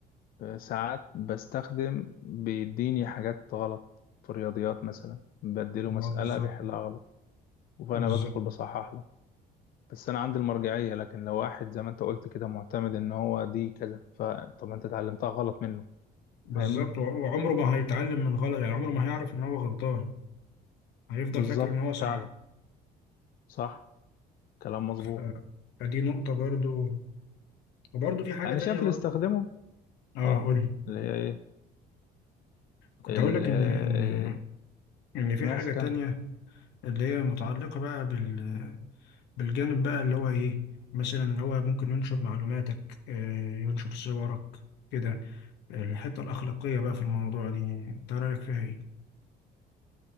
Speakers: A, on the left; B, on the left.
A: آه، ساعات بستخدم بيديني حاجات غلط في الرياضيات مثلا بديله
B: آه
A: مسألة
B: بالظبط
A: بيحلها غلط فانا
B: بالظبط
A: بدخل بصحح له بس انا عندي المرجعية لكن لو واحد زي ما انت قلت كده معتمد ان هو دي كذا فطب انت اتعلمتها غلط منه
B: بالظبط
A: فاهمني
B: وعمره ما هيتعلم من غلط يعني عمره ما هيعرف إن هو غلطان هيفضل
A: بالظبط
B: فاكر ان هو صح
A: فعلا صح كلام مظبوط
B: آه، فدي نقطة برضو وبرضو في حاجة
A: انا
B: تانية
A: شايف
B: برضو
A: اللي استخدمه
B: اه
A: اه
B: قولي
A: اللي هي ايه
B: كنت
A: ال
B: هقول لك
A: آه،
B: ان ان ان في
A: ماشي
B: حاجة
A: كمل
B: تانية اللي هي متعلقة بقى بال بالجانب بقى اللي هو ايه مثلا اللي هو ممكن ينشر معلوماتك آه، ينشر صورك كده الحتة الأخلاقية بقى في الموضوع دي انت رأيك فيها ايه؟